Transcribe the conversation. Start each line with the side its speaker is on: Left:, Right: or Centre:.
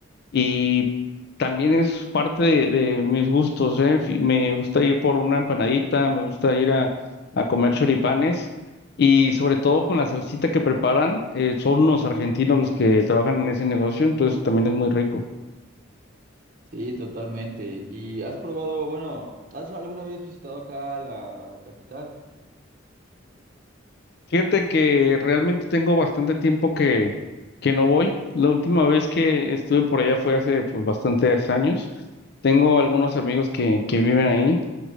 Left: y también es parte de, de mis gustos, ¿eh? Fi- Me gusta ir por una empanadita, me gusta ir a, a comer choripanes y sobre todo con la salsita que preparan, eh, son los argentinos los que trabajan en ese negocio, entonces también es muy rico.
Right: Sí, totalmente. ¿Y has probado, bueno, has alguna vez visitado acá la capital?
Left: Fíjate que realmente tengo bastante tiempo que, que no voy. La última vez que estuve por allá fue hace pues, bastantes años. Tengo algunos amigos que, que viven ahí,